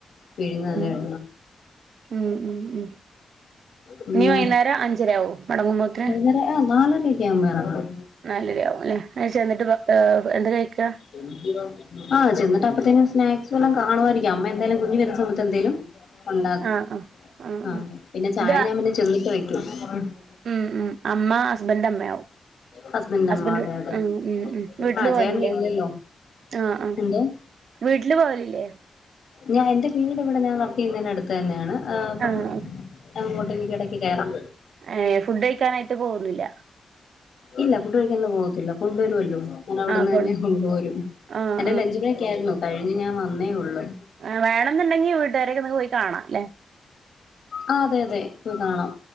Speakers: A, on the left (about 70°); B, on the right (about 75°).
A: പിഴിഞ്ഞു തന്നെ ഇടണം
B: ഉ ഉ ഉ
A: പിന്നെ
B: ഇനീ വൈന്നേരം അഞ്ചരആവോ മടങ്ങുമ്പോ
A: വൈകുന്നേരം ആഹ് നാലരയൊക്കെ ആവുമ്പോ ഇറങ്ങും
B: <unintelligible> <unintelligible>
A: എക്ക് ആ ചെന്നിട്ടപ്പോത്തെനും സ്നാക്സ് വല്ലോം കാണുമായിരിക്കും അമ്മ എന്തായാലും കുഞ്ഞ് വരുന്ന സമയത്ത് എന്തേലും ഒണ്ടാക്കും
B: ആഹ് ആഹ് ആഹ് ആഹ്
A: ആ പിന്നെ ചായ
B: ഇത്
A: ഞാൻ പിന്നെ ചെന്നിട്ട് വെക്കും <unintelligible>
B: ഉം ഉം അമ്മ ഹസ്ബന്റെ അമ്മയാവും
A: ഹസ്ബൻഡിന്റെ
B: ഹസ്ബന്റ്
A: അമ്മ അതെ അതെ
B: ആ ഉം ഉം വീട്ടില്
A: ആഹ്
B: പോവലില്ലേ
A: ചേട്ടൻ ഇല്ലല്ലോ
B: ആ ആ
A: എന്തോ
B: വീട്ടില് പോവലില്ലേ
A: ഞാൻ എന്റെ വീട് ഇവിടെ ഞാൻ വർക്ക് ചെയ്യുന്നേന്റെ അടുത്ത് തന്നെയാണ് ആ അപ്പം
B: ആഹ്
A: അങ്ങോട്ട് എനിക്കിടക്ക് കയറാം
B: ഏ ഫുഡ് കഴിക്കാനായിട്ട് പോകുന്നില്ല
A: ഇല്ല ഫുഡ്കഴിക്കാൻ ‌ എന്ന് പോവ് ല്ല കൊണ്ടുവരോല്ലോ ഞാൻ അവിടുന്ന്
B: ആഹ് കൊ
A: തന്നെ കൊണ്ടു പോരും
B: ആഹ്
A: എന്റെ ലഞ്ച് ബ്രേക്ക് ആയിരുന്നു കഴിഞ്ഞ് ഞാൻ വന്നേ ഉള്ള്
B: ആ വേണന്നിണ്ടെങ്കി വീട്ടുകാരക്കെ ഒന്ന് പോയി കാണാം അല്ലെ
A: ആ അതെ അതെ പോയ് കാണാം